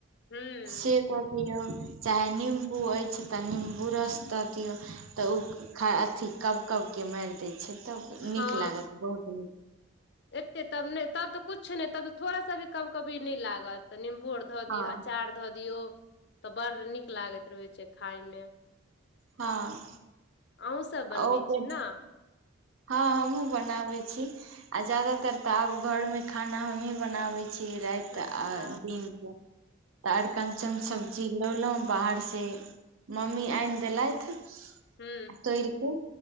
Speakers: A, on the left; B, on the right.
A: हूँ
B: से कऽ दियऔ चाहे निम्बू अछि तऽ निम्बू रस दऽ दियौ तऽ ओ खा अथि कब कबकेँ मारि दैत छै तब नीक
A: हँ
B: लागत बहुत नीक
A: एते तब ने तब तऽ कछु ने तब थोड़ा सा भी कब कभी नहि लागत निम्बो धऽ
B: हँ
A: दियौ अचार धऽ दियौ तऽ बड़ नीक लागैत रहैत छै खााय मे
B: हँ
A: अहुंसब बनबै
B: ओके
A: छी ने
B: हँ हमहुं बनावे छी आ जादातर ते आब घर मे खाना हमही बनावे छी छी राति
A: अच्छा
B: आ दिन के तऽ अरकञ्चन
A: वाह
B: सब चिललौलहुँ बाहर से मम्मी आनि देलथि
A: हूँ
B: तोड़ि क